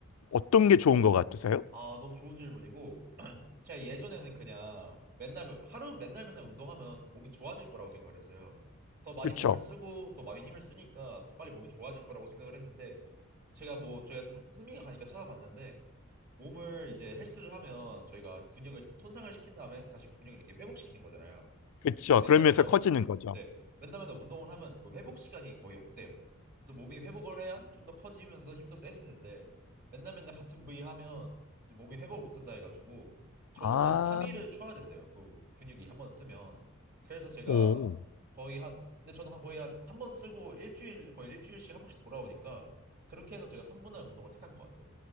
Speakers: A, on the left; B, on the right.
A: 어떤 게 좋은 것 같으세요?
B: 아, 너무 좋은 질문이고 제가 예전에는 그냥 맨날 하루 맨날 맨날 운동하면 몸이 좋아질 거라고 생각을 했어요. 더 많이
A: 그쵸,
B: 몸을 쓰고 더 많이 힘을 쓰니까 더 빨리 몸이 좋아질 거라고 생각을 했는데 제가 뭐 저희가 좀 흥미가 가니까 찾아봤는데 몸을 이제 헬스를 하면 저희가 근육을 손상을 시킨 다음에 다시 근육을 이렇게 회복시키는 거잖아요.
A: 그쵸.
B: 근데 맨날
A: 그러면서
B: 맨날
A: 커지는
B: 운-
A: 거죠.
B: 네 맨날 맨날 운동을 하면 그 회복 시간이 거의 없대요. 그래서 몸이 회복을 해야 좀 더 커지면서 힘도 세지는데 맨날 맨날 같은 부위 하면 이제 몸이 회복 못한다 해가지고 적어도
A: 아,
B: 한 3일은 쉬어야 된대요. 그 근육이 한번 쓰면 그래서 제가
A: 오.
B: 거의 한 근데 저는 거의 한 한 번 쓰고 일주일 거의 일주일씩 한 번씩 돌아오니까 그렇게 해서 제가 3분할 운동을 택한 것 같아요.